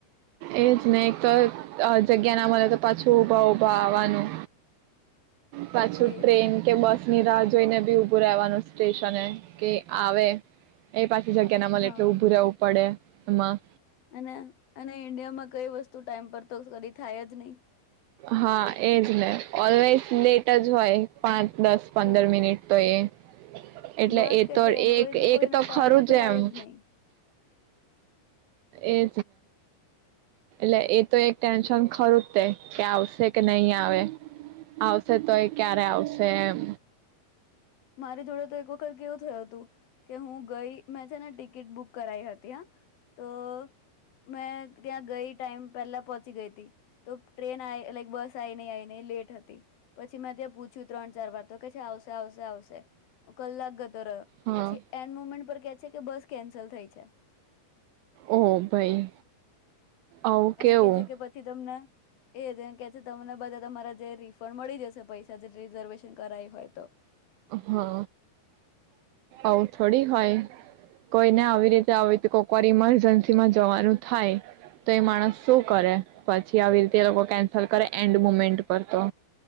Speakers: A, on the right; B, on the left.
A: એજ નને એક તો જગ્યા ના મળે તો પાછું ઉઊભા ઉભા આવવાનું. પાછું
B: એજ
A: ટ્રેન કે બસ ની રાહ જોઈને બી ઉભું રહેવાનું સ્ટેશન કે આવે પાછી જગ્યા ના મલે
B: હા
A: એટલે ઉભું રહેવું પડે. હું માં
B: અને અને ઇન્ડિયામાં કઈ વસ્તુ ટાઈમ પર તો કદી થાય જ નહી
A: હા એજ ને ઓલવેઝ લેટ. લેટ જ હોય પાંચ -દસ પંદર
B: તો
A: મિનિટ તો એ એટલે
B: બસ
A: એ
B: કે
A: તો
B: ટ્રેન
A: એક
B: કોઈ
A: એક
B: એના
A: તો
B: ટાાઈમ
A: ખરું
B: મે તો
A: જ
B: હોયદ
A: એમ
B: નહી.
A: એજ ને એટલે એ તો એક ટેન્શન ખરું તે કે આવશે કે નહી આવે આવશે તો એ ક્યારે આવશે. તે એમ
B: મારી જોડે તો એક વખત કેવું થયું હતું, કે હું ગઈ મેં છે ને ટિકિટ બુક કરાઈ હતી, હા તો મેં ત્યાં ગઈ ટાઈમ પહેલા પહોંચી ગઈ હતી, તો ટ્રેન આ લાઈક બસ આ નહી આવીઈ નને લેટ હતી પછી મેં ત્યાં પૂછ પૂછ્યું ત્રણ- ચાર વાર તો કે છે. આવશે, આવશે, આવશે. તો કલાક
A: હા
B: પછી એન્ડ મુમેન્ટ પર કહે કે બસ કેન્સલ થઈ છે.
A: ઓ હો ભાઈ આવું
B: એને
A: કેવું
B: કે છે કે પછી તમને એ જેને કે છે તમને બધા તમારા જે રિફંડ મળી જશે પૈસા જે રિઝર્વેશન કરાવાયી હોય તો.
A: હા. આમ તો થોડી હોય કોઈને આવી રીતે હોય તો કોકરીમાં એજન્સી માં જવાનું થાય તો એ માણસ શું કરે? પછી આવી રી તે લોકો કેન્સલ કરે એન્ડ મુમેન્ટ પર તો